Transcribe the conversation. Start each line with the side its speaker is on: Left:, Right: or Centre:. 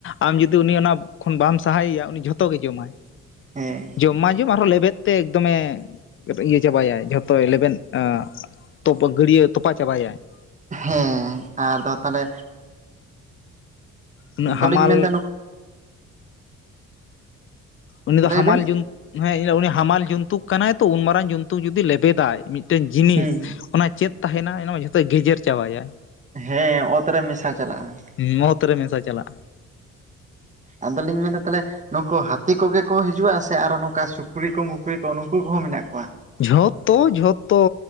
Left: ᱟᱢ ᱡᱩᱫᱤ ᱩᱱᱤ ᱚᱱᱟ, ᱠᱷᱚᱱ ᱵᱟᱢ ᱥᱟᱦᱟᱭᱮᱭᱟ ᱩᱱᱤ ᱡᱷᱚᱛᱚ ᱜᱮ ᱡᱚᱢᱟᱭ ᱾
Right: ᱦᱮᱸ
Left: ᱡᱚᱢ ᱢᱟᱭ ᱡᱚᱢᱟ ᱟᱨᱦᱚᱸ ᱞᱮᱵᱮᱫ ᱛᱮ ᱮᱠᱫᱚᱢᱮ, ᱤᱭᱟᱹ ᱪᱟᱵᱟᱭᱟ ᱡᱷᱚᱛᱼᱼ ᱛᱚ ᱞᱮᱵᱮᱱ, ᱮ ᱛᱚᱯᱚᱞ ᱜᱟᱹᱰᱭᱟᱹ ᱛᱚᱯᱟ ᱪᱟᱵᱟᱭᱟᱭ ᱾
Right: ᱦᱮᱸ, ᱟᱫᱚ ᱛᱟᱦᱚᱞᱮ
Left: ᱩᱱᱟᱹᱜ
Right: ᱫᱚᱞᱤᱧ
Left: ᱦᱟᱢᱟᱞᱼᱼ
Right: ᱢᱮᱱᱫᱟ
Left: ᱩᱱᱤ ᱫᱚ
Right: ᱞᱟᱹᱭ
Left: ᱦᱟᱢᱟᱞ
Right: ᱵᱮᱱ
Left: ᱡᱚᱱ ᱦᱮᱸ ᱩᱱᱤ ᱦᱟᱢᱟᱞ ᱡᱚᱱᱛᱩᱠ ᱠᱟᱱᱟᱭ ᱛᱚ ᱩᱱ ᱢᱟᱨᱟᱝ ᱡᱚᱱᱛᱩᱠ ᱡᱩᱫᱤ ᱞᱮᱵᱮᱫᱟᱭ ᱢᱤᱫᱴᱮᱱ ᱡᱤᱱᱤᱥ,
Right: ᱦᱩᱸ
Left: ᱚᱱᱟ ᱪᱮᱫ ᱛᱟᱸᱦᱮᱱᱟ ᱚᱱᱟ ᱢᱟ ᱡᱷᱚᱛᱚᱭ ᱜᱮᱡᱮᱨ ᱪᱟᱵᱟᱭᱟᱭ ᱾
Right: ᱦᱮᱸ ᱚᱛ ᱨᱮ ᱢᱮᱥᱟ ᱪᱟᱞᱟᱜᱼᱟ ᱾
Left: ᱦᱮᱸ ᱢᱚᱛ ᱨᱮ ᱢᱮᱥᱟ ᱪᱟᱞᱟᱜᱼᱟ ᱾
Right: ᱟᱫᱚᱞᱤᱧ ᱢᱮᱱᱟ ᱛᱟᱦᱚᱞᱮ ᱱᱩᱠᱩ ᱦᱟᱹᱛᱤ ᱠᱚᱜᱮ ᱠᱚ ᱦᱤᱡᱩᱜᱼᱟ, ᱥᱮ ᱟᱨᱚ ᱱᱚᱝᱠᱟ ᱥᱩᱠᱨᱤ ᱠᱚ ᱢᱩᱠᱨᱤ ᱠᱚ ᱱᱩᱠᱩ ᱠᱚᱦᱚᱸ ᱢᱮᱱᱟᱜ ᱠᱚᱣᱟ ᱾
Left: ᱡᱷᱚᱛᱚ ᱡᱷᱚᱛᱚ